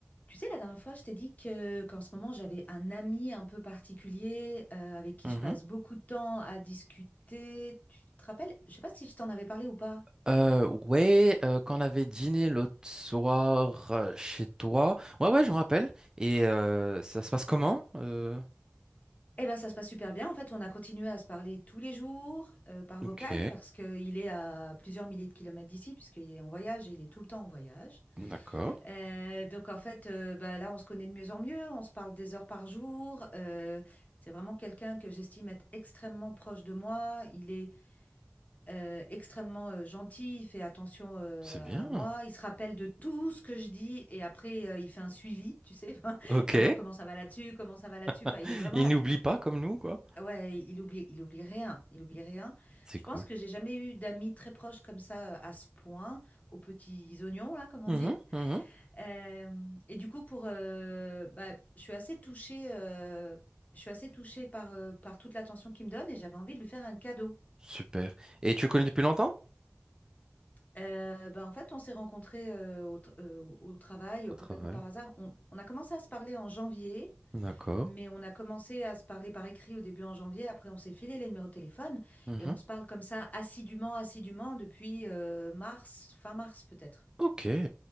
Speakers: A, on the left; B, on the right.
A: Tu sais, la dernière fois, je t'ai dit que qu'en ce moment, j'avais un ami un peu particulier euh, avec qui
B: Mhm.
A: je passe beaucoup de temps à discuter. Tu te rappelles? Je sais pas si je t'en avais parlé ou pas.
B: Euh, ouais, euh, quand on avait dîné l'autre soir euh, chez toi. Ouais, ouais, je me rappelle. Et euh, ça se passe comment? Euh,
A: Eh ben, ça se passe super bien. En fait, on a continué à se parler tous les jours euh, par
B: Ok,
A: vocal parce qu'il est à plusieurs milliers de kilomètres d'ici, puisqu'il est en voyage et il est tout le temps en voyage.
B: d'accord,
A: Euh, donc, en fait, euh, bah, là, on se connaît de mieux en mieux. On se parle des heures par jour. Euh, c'est vraiment quelqu'un que j'estime être extrêmement proche de moi. Il est euh, extrêmement euh, gentil, il fait attention euh,
B: c'est
A: à
B: bien.
A: à moi, il se rappelle de tout ce que je dis et après euh, il fait un suivi, tu sais, <laughs>
B: Ok,
A: savoir comment ça va là-dessus, comment ça va là-dessus.
B: <laughs>
A: Enfin, il est vraiment,
B: il n'oublie pas comme nous, quoi.
A: ouais, il oublie, il oublie rien, il oublie rien.
B: C'est
A: Je
B: cool.
A: pense que j'ai jamais eu d'amis très proches comme ça euh, à ce point, aux petits oignons là, comme on
B: Mhm,
A: dit.
B: mhm.
A: Euh, et du coup, pour, euh, bah, je suis assez touchée. euh, Je suis assez touchée par, euh, par toute l'attention qu'il me donne et j'avais envie de lui faire un cadeau.
B: Super. Et tu le connais depuis longtemps?
A: Euh, bah, en fait, on s'est rencontrés euh, au, t- euh, au- au travail euh,
B: Au
A: complètement
B: travail.
A: par hasard. On, on a commencé à se parler en janvier,
B: D'accord.
A: mais on a commencé à se parler par écrit au début en janvier. Après, on s'est filé les numéros de téléphone
B: Mhm.
A: et on se parle comme ça assidûment, assidûment depuis euh, mars, fin mars peut-être.
B: Ok.